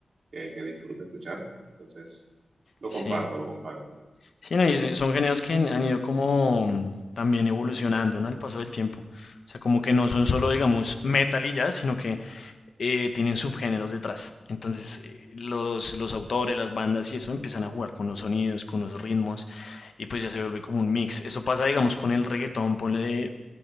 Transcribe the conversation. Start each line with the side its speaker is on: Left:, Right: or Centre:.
Right: que, que disfruto escuchar. Entonces, lo
Left: sí.
Right: comparto, lo comparto.
Left: Sí, no, y se- son géneros que han han ido como mm, también evolucionando, ¿no? Al paso del tiempo. O sea, como que no son solo, digamos, metal y ya, sino que eh, tienen subgéneros detrás. Entonces, eh, los, los autores, las bandas y eso empiezan a jugar con los sonidos, con los ritmos, y pues ya se vuelve como un mix. Eso pasa, digamos, con el reggaetón, ponle de